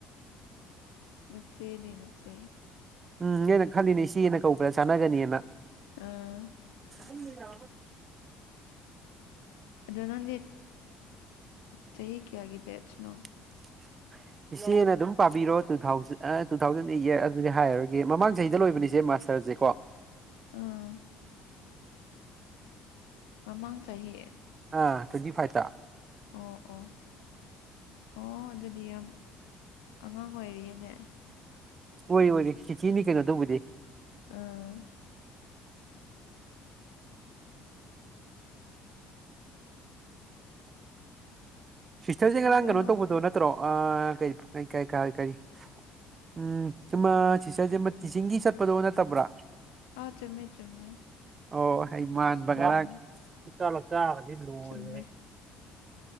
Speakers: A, on the left; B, on the right.
A: ꯅꯆꯦꯅꯦ ꯅꯆꯦ
B: ꯎꯝꯅꯦꯦꯅ ꯈꯜꯂꯤꯅꯦ ꯁꯤꯦꯅ ꯀꯧꯕ꯭ꯔꯥ ꯆꯥꯟꯅꯒꯅꯤꯅ
A: ꯑꯥ
B: ꯎꯝꯔ
A: ꯑꯗꯣ ꯅꯪꯗꯤ ꯆꯍꯤ ꯀꯌꯥꯒꯤ ꯕꯦꯠꯁꯅꯣ
B: <inaudible> ꯏꯆꯦꯅ ꯑꯗꯨꯝ ꯄꯥꯕꯤꯔꯣ ꯇꯨ ꯊꯥꯎꯖꯟ ꯇꯨ ꯊꯥꯎꯖꯟ ꯑꯗꯨꯗꯤ ꯍꯥꯏꯔꯨꯔꯒꯦ ꯃꯃꯥꯡ ꯆꯍꯤꯗ ꯂꯣꯏꯕꯅꯤꯆꯦ ꯃꯥꯁ ꯆꯂꯁꯤꯀꯣ
A: ꯑꯥ ꯃꯃꯥꯡ ꯆꯍꯤ
B: ꯑ ꯑꯗꯨꯗꯤ ꯐꯥꯏꯇ
A: ꯑꯣ ꯑꯣ ꯑꯣ ꯑꯗꯨꯗꯤ ꯌꯥꯝ ꯑꯉꯥꯡ ꯑꯣꯏꯔꯤꯌꯦꯅꯦ
B: ꯑꯣꯏꯣꯏ ꯑꯣꯏ ꯁꯤꯤꯆꯤꯅꯤ ꯀꯩꯅꯣ ꯇꯧꯕꯗꯤ
A: ꯑ
B: ꯁꯤꯁꯇꯔꯁꯦ ꯉꯔꯥꯡ
A: ꯑꯗꯣ
B: ꯀꯩꯅꯣ ꯇꯧꯕꯗꯣ ꯅꯠꯇ꯭ꯔꯣ ꯀ ꯀ ꯀ ꯀ ꯀꯔꯤ ꯎꯝ ꯁꯤꯃ ꯁꯤꯇꯔꯁꯃ ꯇꯤꯆꯤꯡꯒꯤ ꯆꯠꯄꯗꯣ ꯅꯠꯇꯕ꯭ꯔꯥ
A: ꯑ ꯆꯨꯝꯃꯦ ꯆꯨꯝꯃꯦ
B: ꯑꯣ ꯍꯩ ꯃꯥꯟꯕ
A: ꯎꯝ
B: ꯈꯔ ꯈꯨꯇ ꯂ ꯆꯔꯗꯤ ꯂꯣꯏꯔꯦ
A: ꯆꯨꯝꯃꯦ